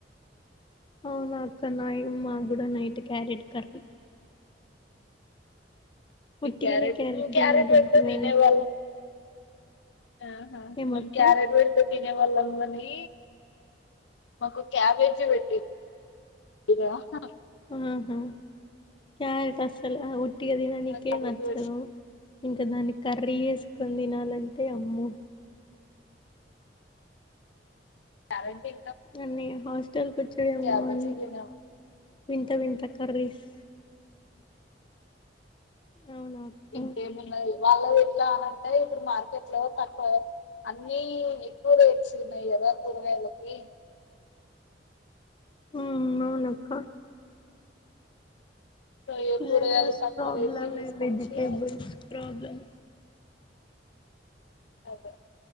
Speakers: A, on the left; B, on the left.
A: అవునా అక్క, నాయి మా కూడా నైట్, క్యారెట్ కర్రీ.
B: ఈ
A: ఒట్టిగానే
B: క్యారట్, ఉమ్ క్యారెట్
A: తినబుద్ధి
B: అంటే,
A: కాదు
B: తినేవాళ్ల. అ హా
A: ఏమక్క
B: మేమ్ క్యారెట్ గుడ తి. తినే వాళ్ళం గనీ, మాకు క్యాబేజీ పెట్టి. ఈగ హ హ.
A: ఆహా క్యారెట్ అస్సలు, అ ఉట్టిగా తిననికే
B: క్యాబేజీ
A: నచ్చదు.
B: పెడితే
A: ఇంకా దాన్ని కర్రీ యేసుకొని తినాలంటే ఆమ్మో.
B: కరంటీ.
A: అన్ని హాస్టల్ కొచ్చాయేమో
B: క్యాబేజీ
A: అన్ని.
B: తినం
A: వింత వింత, కర్రీస్. అవునక్క
B: ఇంకేమున్నాది, ఇవ్వాల గిట్ల అనక్కాయ్ ఇప్పుడు మార్కెట్ లో తక్కువ. అన్నీ, ఎక్కువ రేట్స్ ఉన్నాయి గదా, కూరగాయలకి.
A: ఉమ్, అవునక్క.
B: సో ఏ కూరగాయలు
A: లండర్స్
B: తక్కువ
A: ప్రాబ్లమ్,
B: రేటు తీసుకొచ్చి
A: వెజిటేబల్స్ ప్రాబ్లమ్.
B: అదే.